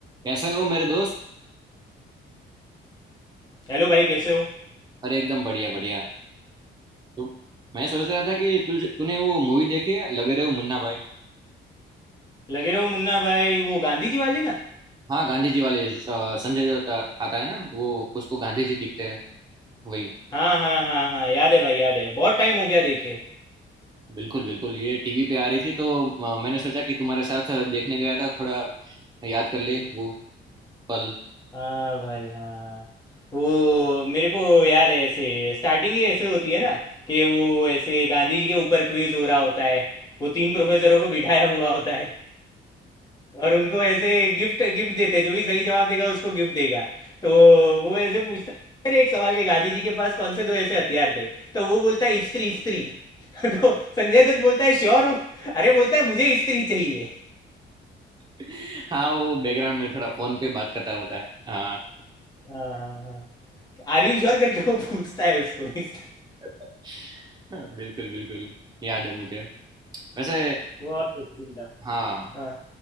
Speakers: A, on the right; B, on the left.
A: कैसे हो मेरे दोस्त
B: Hello भाई कैसे हो
A: अरे एकदम बढ़िया बढ़िया तो मैं सोच रहा था कि तुझे तूने वो मूवी देखी है लगे रहे हो मुन्ना भाई
B: लगे रहो मुन्ना भाई वो गांधी जी वाली ना
A: हाँ गांधी जी वाले अ, संजय दत्त आ- आता है ना वो उसको गांधी जी दिखते हैं वही
B: हाँ हाँ हाँ हाँ याद है भाई याद है बहुत टाइम हो गया देखे
A: बिल्कुल बिल्कुल ये टीवी पे आ रही थी तो अ, मैंने सोचा कि तुम्हारे साथ देखने गया था थोड़ा याद कर ले वो पल
B: हाँ भाई हाँ वो मेरे को याद है ऐसे स्टार्टिंग ही ऐसे होती है ना कि वो ऐसे गांधी जी के ऊपर क्विज हो रहा होता है वो तीन प्रोफेसरों को बिठाया हुआ होता है और उनको ऐसे गिफ्ट गिफ्ट देते हैं जो भी सही जवाब देगा उसको गिफ्ट देगा तो वो ऐसे पूछता है अरे एक सवाल के गांधी जी के पास कौन से दो ऐसे हथियार थे तो वो बोलता है स्त्री स्त्री <laughs> तो संजय दत्त बोलता है श्योर हो अरे बोलता है मुझे स्त्री चाहिए
A: <laughs> हाँ वो बैकग्राउंड में थोड़ा फोन पे बात करता होता है हाँ
B: हाँ हाँ हाँ आर यू श्योर करके वो पूछता है उसको <laughs> स्त्री
A: <laughs> बिल्कुल बिल्कुल याद है मुझे वैसे
B: बहुत बढ़िया सीन था
A: हाँ
B: हाँ